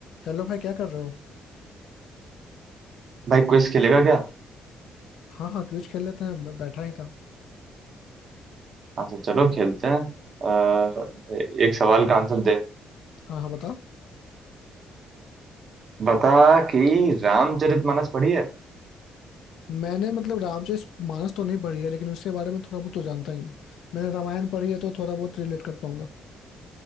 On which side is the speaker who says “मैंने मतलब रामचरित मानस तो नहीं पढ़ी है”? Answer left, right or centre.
Left